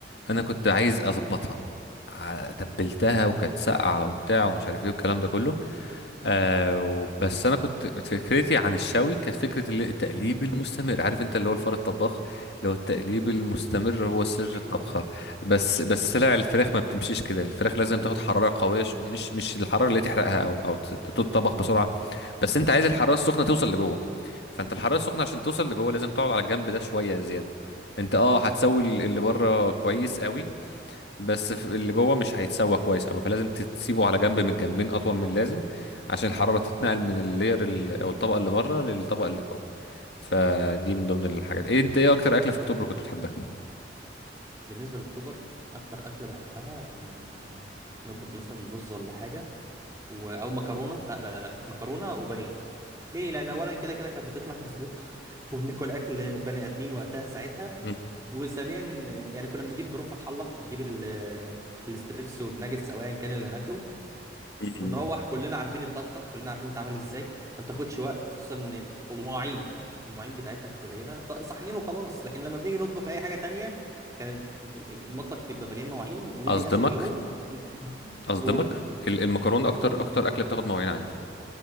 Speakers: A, on the left; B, on the right.
A: انا كنت عايز اظبطها ع- تبلتها وكانت ساقعه وبتاع ومش عارف ايه والكلام ده كله آه و- بس انا كنت كنت فكرتي عن الشوي كانت فكره اللي- التقليب المستمر عارف انت اللي هو الفار الطباخ اللي هو التقليب المستمر هو سر
B: ايوه
A: الطبخه بس بس لا الفراخ ما بتمشيش كده الفراخ لازم تاخد حراره قويه ش- مش مش الحراره اللي تحرقها او او تت- تتطبخ بسرعه بس انت
B: <laughs>
A: عايز الحراره
B: امم
A: السخنه توصل لجوه فانت الحراره
B: مظبوط
A: السخنه عشان توصل لجوه لازم تقعد على الجنب ده شويه زياده انت اه هتسوي ال- اللي بره كويس قوي بس ف- اللي جوه مش هيتسوى كويس قوي فلازم تسيبه على جنب من الجنبين اطول من اللازم عشان الحراره تتنقل من اللير ال- او الطبقه اللي بره للطبقه اللي جوه فدي
B: اه
A: من ضمن الحاجات ايه انت ايه اكتر اكله في اكتوبر كنت بتحبها
B: بالنسبه لاكتوبر كان اكتر اكله بحبها لما ن- نطبخ مثلا رز ولا حاجه و... او مكرونه لا لا لا كانت مكرونه وبانيه ليه لان اولا كده كده كانت بتطلع مظبوطه <laughs> وبناكل اكل بني ادمين وقتها ساعتها
A: <laughs>
B: وثانيا يعني كنا بنجيب بنروح فتح الله نجيب ال- الستريبس والناجتس او ايا كان اللي هناكله
A: مم.
B: ونروح كلنا عارفين الطبخه كلنا عارفين بتتعمل ازاي ما بتاخدش وقت خصوصا ان ومواعين المواعين بتاعتها كانت قليله ط- صحنين وخلاص لكن لما بنيجي نطبخ اي حاجه تانية كان ال- ال- المطبخ بيبقى مليان مواعين ونيجي
A: اصدمك
B: اخر يوم ن-
A: اصدمك
B: <laughs> قول
A: ال- المكرونه اكتر
B: قول
A: اكتر اكله بتاخد مواعين عندي